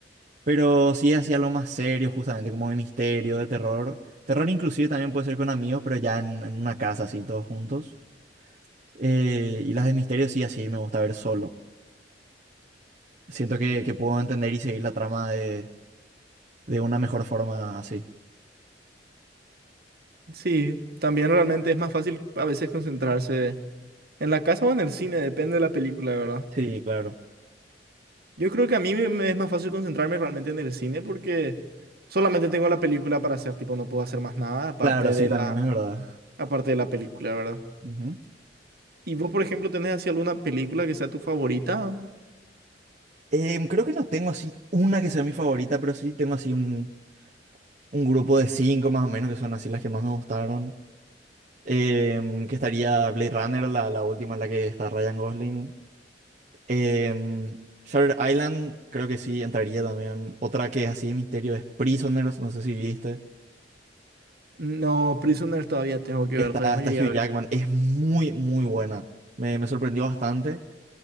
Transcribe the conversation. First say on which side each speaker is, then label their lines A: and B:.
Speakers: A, on the right (about 40°); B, on the right (about 60°).
A: Pero si es así algo más serio, justamente como de misterio, de terror. Terror inclusive también puede ser con amigos, pero ya en, en una casa así todos juntos. Eh, y las de misterio sí, así me gusta ver solo. Siento que, que puedo entender y seguir la trama de, de una mejor forma así.
B: Sí, también realmente es más fácil a veces concentrarse en la casa o en el cine, depende de la película, ¿verdad?
A: Sí, claro.
B: Yo creo que a mí me, me es más fácil concentrarme realmente en el cine porque solamente tengo la película para hacer, tipo, no puedo hacer más nada aparte
A: Claro, sí,
B: de
A: también
B: la,
A: es verdad.
B: aparte de la película, ¿verdad?
A: Ujú.
B: ¿Y vos, por ejemplo, tenés así alguna película que sea tu favorita?
A: Em, creo que no tengo así una que sea mi favorita, pero sí tengo así un, un grupo de cinco más o menos que son así las que más me gustaron. Em, que estaría Blade Runner, la, la última en la que está Ryan Gosling. Em, Shutter Island, creo que sí, entraría también. Otra que es así de misterio es Prisoners, no sé si viste.
B: No, Prisoner todavía tengo que
A: Está,
B: ver, todavía no
A: está
B: llegué
A: Hugh
B: a ver.
A: Jackman, es muy, muy buena. Me, me sorprendió bastante.